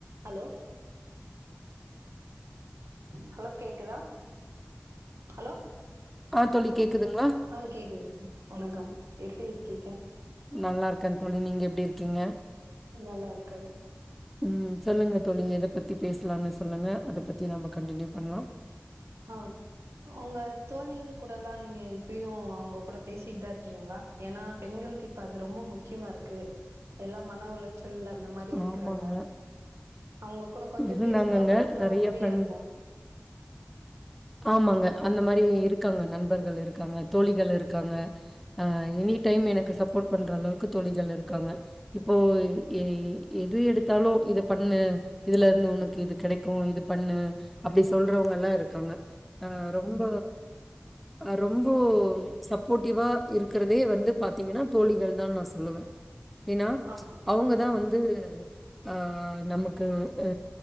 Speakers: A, on the right; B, in the centre.
A: Hello hello கேக்குதா hello
B: ஆ தோழி கேக்குதுங்ளா
A: ஆ கேக்குது சொல் வணக்கம் எப்டி இருக்கீங்க
B: நல்லாருக்கே தோழி நீங்க எப்டி இருக்கீங்க
A: நல்லா இருக்க
B: ம் சொல்லுங்க தோழி நீங்க எதப் பத்தி பேசலான்னு சொல்லுங்க அத பத்தி நாம கண்டினியூ பண்ணலா
A: ஆ உங்க தோழிகள் கூட எல்லா நீங்க இப்பயு அவங்க கூட பேசிட்தா இருக்கீங்களா ஏன்னா பெண்களுக்கு இப்ப அது ரொம்ப முக்கியமா இருக்கு எல்லா மன உளச்ச சல் அந்த மாரி இருக்கறாங்க
B: ஆமாங்க
A: அவங்க கூட கொஞ்சோ
B: இருந்தாங்கங்க
A: பேசனா கொஞ்சோ
B: நெறைய
A: ஃப்ரீயா
B: ஃப்ரெண்ட்
A: இருக்கு
B: ஆமாங்க அந்த மாரி இருக்காங்க நண்பர்கள் இருக்காங்க தோழிகள் இருக்காங்க ஆ எனி டைம் எனக்கு சப்போட் பண்ற அளவுக்கு தோழிகள் இருக்காங்க இப்போ எ எது எடுத்தாலு இத பண்ணு இதுல இருந்து உனக்கு இது கெடைக்கு இது பண்ணு அப்படி சொல்றவங்கல்லா இருக்காங்க ஆ ரொம்ப ஆ ரொம்ப சப்போட்டிவா இருக்கறதே வந்து பாத்தீங்கன்னா தோழிகள்தான் நா சொல்லுவ ஏன்னா
A: ஆமா
B: அவங்க தா வந்து ஆ நமக்கு ஆ